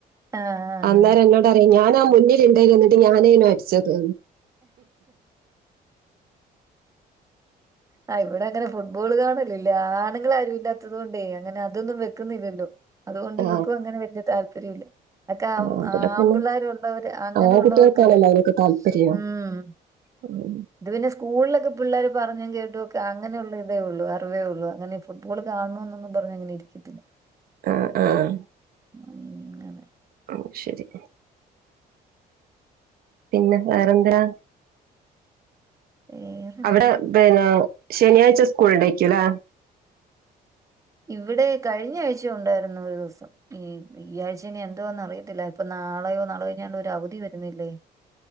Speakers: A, on the right (about 20°); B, on the right (about 65°).
A: ആഹ് ആഹ്
B: അന്നേരം എന്നോടറ്യാ ഞാനാ മുന്നില്ണ്ടേയ്ന്യെ ന്നട്ട് ഞാനേനു അടിച്ചത്
A: ആഹ് ഇവടങ്ങനെ ഫുട്ബോൾ കാണലില്ല ആണ്ങ്ങളാരും ഇല്ലാത്തത് കൊണ്ടേ അങ്ങനെ അതൊന്നും വെക്കുന്നില്ലല്ലോ. അതുകൊണ്ട്
B: ആ,
A: ഇവക്കും അങ്ങനെ വെല്ല്യ താല്പര്യൂ ല്ല. ആക്കെ
B: ആ, ഇവിടെ പിന്നെ
A: ആമ്പിള്ളേരു ള്ളവര് അങ്ങനെ
B: ആ
A: ഉള്ളവർക്കല്ലേ
B: കുട്ടികൾക്കാണല്ലോ അതിനൊക്കെ താല്പര്യം
A: ഉം
B: ഉം
A: ഇത് പിന്നെ സ്കൂളിലൊക്കെ പിള്ളേര് പറഞ്ഞും കേട്ടൊക്കെ അങ്ങനെയുള്ളതേ ഉള്ളൂ അറിവേ ഉള്ളൂ അങ്ങനെ ഫുട്ബോൾ കാണ ണന്നൊന്നും പറഞ്ഞ് അങ്ങനെ ഇരിക്കത്തില്ല.
B: ആഹ് ആഹ്
A: അങ്ങനെ
B: ഔ ശെരി പിന്നെ വേറെന്താ?
A: വേറെന്താ
B: അവടെ പിന്നെ ശനിയാഴ്ച സ്കൂളിണ്ടേക്ക്യുല്ലേ
A: ഇവടെ കഴ്ഞ്ഞാഴ്ച്ച ഉണ്ടായിരുന്നു ഒരു ദിവസം ഉം ഈ ആഴ്ച്ച ഇനി എന്തുവാന്നറിയത്തില്ല ഇപ്പ ന നാളെയോ നാളെ കഴിഞ്ഞാണ്ടൊരവധി വെരുന്നില്ലേ